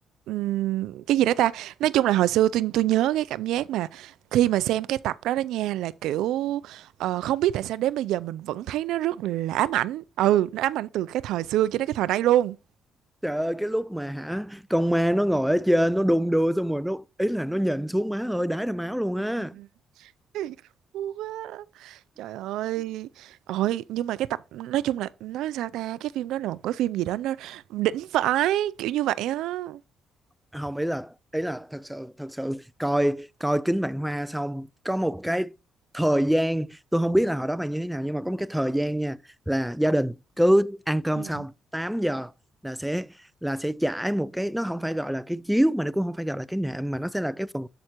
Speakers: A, on the right; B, in the centre.
A: ừm, cái gì đó ta nói chung là hồi xưa tôi tôi nhớ cái cảm giác mà khi mà xem cái tập đó đó nha là kiểu ờ, không biết tại sao đến bây giờ mình vẫn thấy nó rất là ám ảnh ừ nó ám ảnh từ cái thời xưa cho đến cái thời nay luôn
B: trời ơi cái lúc mà hả con ma nó ngồi ở trên nó đung đưa xong rồi nó ý là nó nhìn xuống má ơi đái ra máu luôn á
A: Ừ, ừ, ừ. <laughs> Cú Quá. Trời ơi Ôi nhưng mà cái tập Nói chung là Nói sao ta Cái phim đó là một cái phim gì đó Nó đỉnh vãi Kiểu như vậy á
B: không ý là ý là thật sự thật sự coi coi Kính Vạn Hoa xong có một cái thời gian tôi không biết là hồi đó bạn như thế nào nhưng mà có một cái thời gian nha là gia đình cứ ăn cơm
A: Ừ.
B: xong 8 giờ là sẽ là sẽ trải một cái nó không phải gọi là cái chiếu mà nó cũng không phải gọi là cái nệm mà nó sẽ là cái phần